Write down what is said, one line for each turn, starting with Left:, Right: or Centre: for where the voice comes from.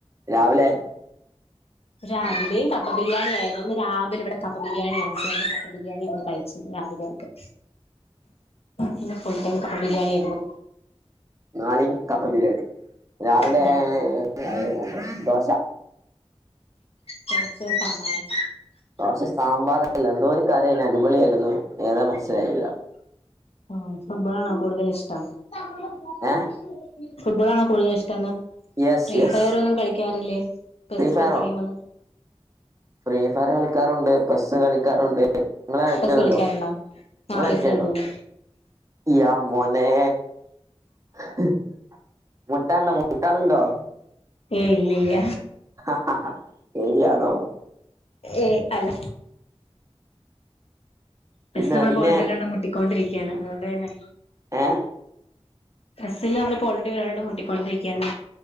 Right: രാവിലെ
Left: രാവിലെയും കപ്പ ബിരിയാണി ആയിരുന്നു. ഇന്ന് രാവിലെ ഇവിടെ കപ്പ ബിരിയാണി ആയിട്ടേന് കപ്പ ബിരിയാണി ആണ് കഴിച്ചത് രാവിലെക്കെ. പിന്നെ ഫുൾ ടൈം കപ്പ ബിരിയാണിയായിരുന്നു.
Right: നാളിം കപ്പബിരിയാണി രാവിലെ
Left: ഇല്ല
Right: ഏ രാവിലെ ഞാന് ദോശ.
Left: ദോശേം സാമ്പാറും.
Right: പക്ഷേ സാമ്പാറല്ല. എന്തോ ഒരു കറിയായിരുന്നു അടിപൊളിയായിരുന്നു ഏതാ മനസ്സിലായില്ല.
Left: ആ ഫുട്ബോളാണോ കൂടുതൽ ഇഷ്ടം? <inaudible>
Right: ഏഹ്
Left: ഫുട്ബോൾ ആണോ കൂടുതൽ ഇഷ്ട്ടംന്ന്.
Right: യെസ്
Left: ഫ്രീ
Right: യെസ്
Left: ഫയർ ഒന്നും കളിക്ക ക്കാറില്ലേ? ചെസ്സ്
Right: ഫ്രീ ഫയറോ
Left: പോലോത്ത ഗെയിമള്. ഉ
Right: ഫ്രീ ഫയർ കളിക്കാറുണ്ട്. ചെസ്സ് കളിക്കാറുണ്ട്, നിങ്ങള് കളിക്കലുണ്ടോ
Left: പെസ്സ് കളിക്കാറുണ്ടോ
Right: നിങ്ങള്
Left: ആ
Right: കളിക്കലുണ്ടോ
Left: പെസ്സ് കളിക്കുന്നുണ്ട്
Right: യാ മോനെ. അഹ് മുട്ടാൻണ്ടോ മുട്ടാനുണ്ടോ?
Left: ഏയ് ഇല്ലില്യ.
Right: ആഹാ ശരിയാണോ.
Left: ഏയ് അല്ല. ബസ്
Right: പിന്നെ
Left: നമ്മള്
Right: പിന്നെ
Left: ബോൾണ്ട് രണ്ടും മുട്ടിക്കൊണ്ടിരിക്കയാണ് അതുകൊണ്ട് തന്നെ
Right: ഏഹ്
Left: ചെസില് നമ്മള് പോൾഡ് രണ്ടും മുട്ടിക്കൊണ്ടിരിക്കയാണ്.